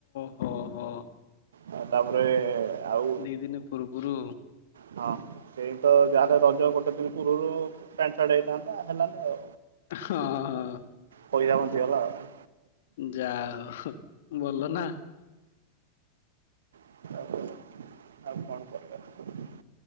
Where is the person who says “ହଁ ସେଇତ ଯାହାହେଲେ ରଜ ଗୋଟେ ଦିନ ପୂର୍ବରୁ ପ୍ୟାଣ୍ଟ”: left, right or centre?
Right